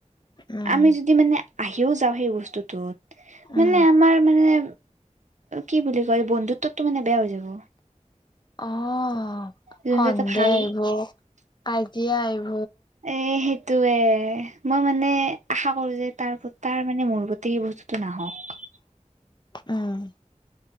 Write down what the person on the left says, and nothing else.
উম,
উম,
অহ।
সন্দে
আহিব, কাই জিয়া আহিব।
উম।